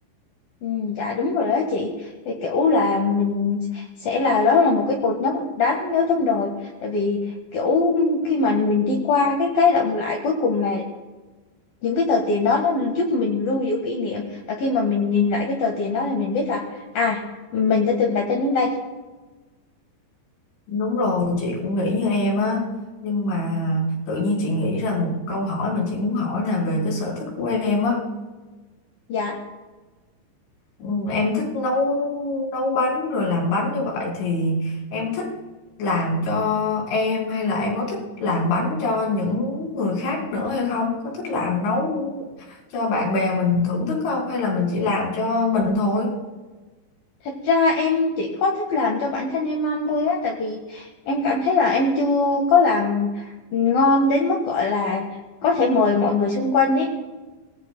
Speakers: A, on the left; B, on the left.
A: ừ, dạ đúng rồi đó chị thì kiểu là mình sẽ là đó là một cái cột mốc đáng nhớ trong đời tại vì kiểu khi mà mình đi qua cái cái động lại cuối cùng là những cái tờ tiền đó nó giúp mình lưu giữ kỷ niệm là khi mà mình nhìn lại cái tờ tiền đó thì mình biết là à mình đã từng đặt chân đến đây
B: Đúng rồi, chị cũng nghĩ như em á, nhưng mà tự nhiên chị nghĩ ra một câu hỏi mà chị muốn hỏi là về cái sở thích của em á,
A: dạ
B: Ừ, Em thích nấu nấu bánh rồi làm bánh như vậy thì em thích làm cho em hay là em có thích làm bánh cho những người khác nữa hay không? Có thích làm nấu cho bạn bè mình thưởng thức không hay là mình chỉ làm cho mình thôi?
A: Thật ra em chỉ có thích làm cho bản thân em ăn thôi á, tại vì em cảm thấy là em chưa có làm ngon đến mức gọi là có thể mời mọi người xung quanh ý.